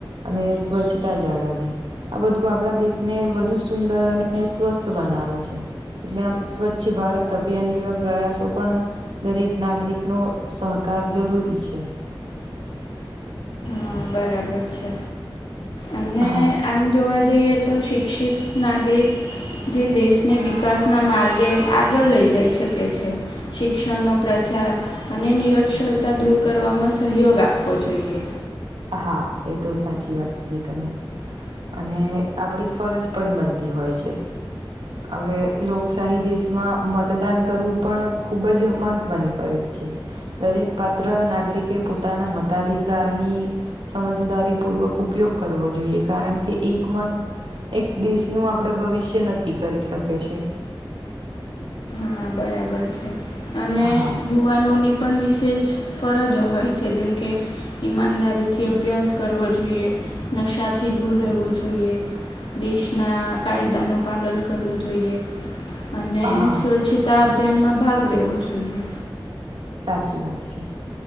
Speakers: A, on the right; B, on the left.
A: અને સ્વચ્છ જાળવી આ બધું આપણા દેશને વધુ સુંદર અને સ્વસ્થ બનાવે છે. એટલે આમ સ્વચ્છ ભારત અભિયાન જેવા પ્રયાસો પણ દરેક નાગરિકનો સહકાર જરૂરી છે.
B: હા બરાબર છે અને
A: હા
B: આમ જોવા જઈએ તો શિક્ષિત નાગરિક જે દેશને વિકાસના માર્ગે આગળ લઈ જઈ શકે છે. શિક્ષણનો પ્રચાર અને નિરક્ષરતા દૂર કરવામાં સહયોગ આપવો જોઈએ.
A: હા એ તો સાચી વાત કીધી તમે અને આપણી ફરજ પણ બનતી હોય છે. હવે લોકશાહી દેશમાં મતદાન કરવું પણ ખૂબ જ મહત્ત્વની છે દરેક પાત્ર નાગરિકે પોતાના મતાધિકારની સમજદારીપૂર્વક ઉપયોગ કરવો જોઈએ કારણ કે એકમત એક દેશનું આપડ ભવિષ્ય નક્કી કરી શકી છે.
B: હા બરાબર છે અને
A: હા
B: યુવાનોની પણ વિશેષ ફરજો હોય છે જેમ કે ઈમાનદારી થી અભ્યાસ કરવો જોઈએ નશાથી દૂર રહેવું જોઈએ દેશના કાયદાનું પાલન કરવું જોઈએ અને
A: હા
B: સ્વચ્છતા અભિયાનમાં ભાગ લેવો જોઈએ
A: સાચી વાત છે